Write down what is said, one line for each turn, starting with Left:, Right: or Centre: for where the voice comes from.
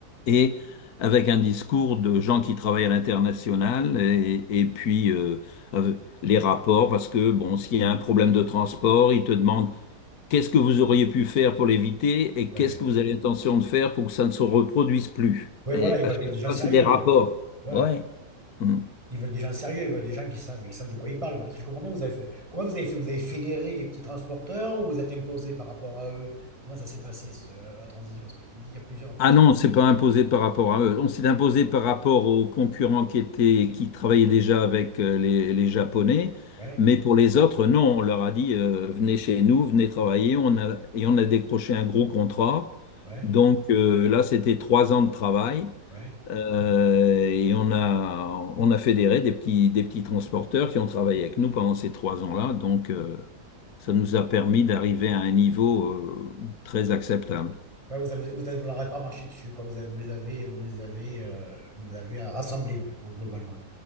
Left: et avec un discours de gens qui travaillent à l'international et, et puis euh, euh, les rapports parce que bon, s'il y a un problème de transport, ils te demandent qu'est-ce que vous auriez pu faire pour l'éviter et
Right: ouais.
Left: qu'est-ce que vous avez l'intention de faire pour que ça ne se reproduise plus.
Right: Ouais,
Left: Et
Right: voilà, ils
Left: à
Right: veulent
Left: chaque
Right: que des gens
Left: fois,
Right: sérieux,
Left: c'est des rapports.
Right: quoi. Ouais.
Left: Ouais. Mm.
Right: Ils veulent des gens sérieux, ils veulent des gens qui savent, qui savent de quoi ils parlent. Parce que je comprends bien, vous avez fait- comment vous avez fait? Vous avez fédéré les petits transporteurs ou vous êtes imposé par rapport à eux? Comment ça s'est passé, ce- la, la transition? Parce que tu me dis, il y a plusieurs petits
Left: Ah non, c'est pas imposé par rapport à eux. On s'est imposé par rapport aux concurrents qui étaient, qui travaillaient déjà avec euh, les, les Japonais.
Right: Ouais,
Left: Mais pour les autres, non, on leur a dit, euh, venez chez nous, venez travailler. On a, et on a décroché un gros contrat.
Right: ouais,
Left: Donc euh, là, c'était trois ans de travail.
Right: ouais.
Left: Euh, et on a, on a fédéré des petits, des petits transporteurs qui ont travaillé avec nous pendant ces trois ans-là. Donc euh, ça nous a permis d'arriver à un niveau euh, très acceptable.
Right: Ouais, vous avez, vous avez- vous leur avez pas marché dessus, quoi. Vous avez- vous les avez, vous les avez, euh, vous les avez rassemblés, quoi, globalement.